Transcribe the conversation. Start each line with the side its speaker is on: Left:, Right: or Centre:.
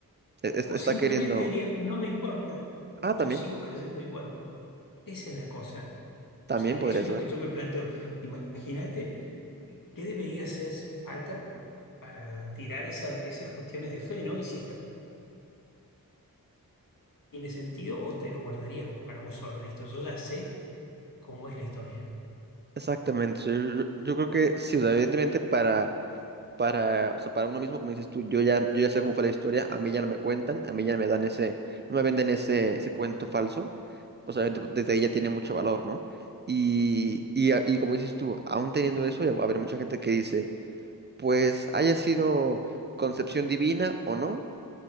Right: e- es-
Left: O
Right: está
Left: simplemente
Right: queriendo...
Left: dirían, no me importa,
Right: Ah, también,
Left: yo sigo creyendo igual. Esa es la cosa.
Right: también
Left: O sea, eso
Right: podría
Left: es
Right: ser.
Left: lo que yo me planteo. Imagínate qué debería hacer falta para tirar esa- esas cuestiones de fe, ¿no? Y si está tiene sentido o te lo guardarías para vos solo. Listo, yo ya sé cómo es la historia.
Right: Exactamente. Yo, yo- yo creo que sí, o sea, evidentemente para... para, o sea, para uno mismo, como dices tú, yo ya, yo ya sé cómo fue la historia, a mí ya no me cuentan, a mí ya me dan ese, no me venden ese, ese cuento falso, pues obviamente pues, desde ahí ya tiene mucho valor, ¿no? Y, y, a- y como dices tú, aún teniendo eso, ya va a haber mucha gente que dice, pues haya sido concepción divina o no,